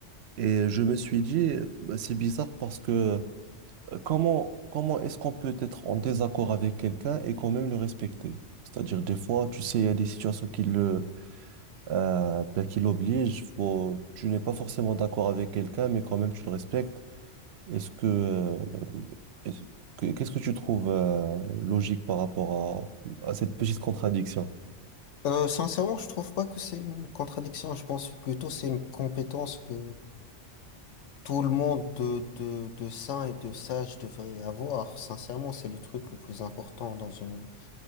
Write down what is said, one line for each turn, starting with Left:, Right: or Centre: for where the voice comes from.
Right: Et je me suis dit, euh, bah, c'est bizarre parce que euh, comment, comment est-ce qu'on peut être en désaccord avec quelqu'un et quand même le respecter? C'est-à-dire, des fois, tu sais, il y a des situations qui le, euh, ben, qui l'oblige. Faut... Tu n'es pas forcément d'accord avec quelqu'un, mais quand même, tu le respectes. Est-ce que, euh, est-ce que- qu'est-ce que tu trouves euh, logique par rapport à, à cette petite contradiction?
Left: Euh, sincèrement, je trouve pas que c'est une contradiction. Je pense plutôt c'est une compétence que tout le monde de, de, de sain et de sage devrait avoir. Sincèrement, c'est le truc le plus important dans une,